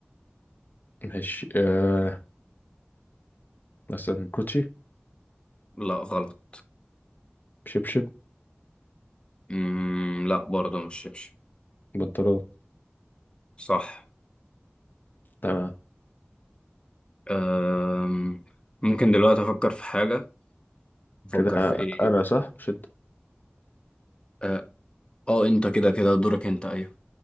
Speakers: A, on the left; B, on the left.
A: ماشي آه، مثلا كوتشي
B: لا غلط
A: شبشب
B: مم... لا برضه مش شبشب
A: بنطلون
B: صح
A: تمام
B: أم... ممكن دلوقتي افكر في حاجة افكر
A: كده
B: في ايه
A: انا صح شد
B: اه آه، انت كده كده دورك انت ايوه